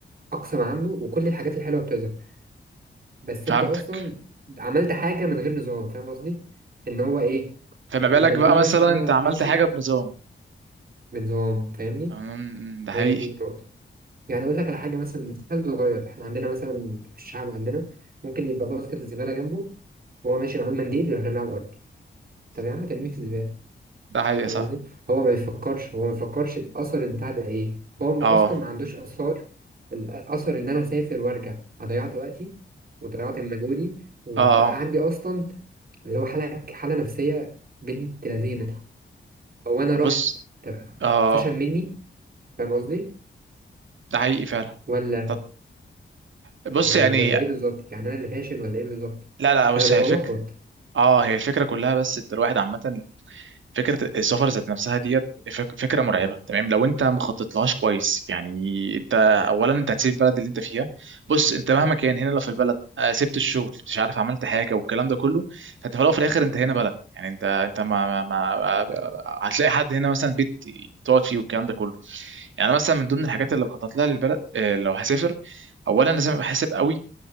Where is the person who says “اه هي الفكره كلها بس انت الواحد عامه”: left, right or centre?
Right